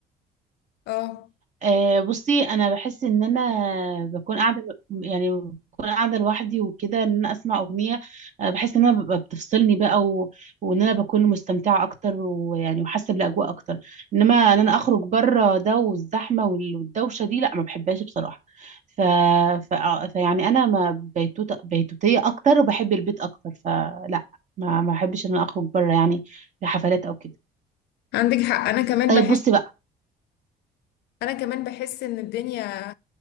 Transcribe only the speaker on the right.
آه، بصي أنا بحس إن أنا بكون قاعدة يعني بكون قاعدة لوحدي وكده إن أنا أسمع أغنية آه، بحس إن أنا ببقى بتفصلني بقى و... وإن أنا بكون مستمتعة أكتر ويعني وحاسة بالأجواء أكتر إنما إن أنا أخرج بره ده والزحمة وال- والدوشة دي لا ما بحبهاش بصراحة ف... ف... آه، فيعني أنا ما بيتوت... بيتوتية أكتر وبحب البيت أكتر فلا ما ما بحبش إن أنا أخرج بره يعني لحفلات أو كده
طيب
بصي بقى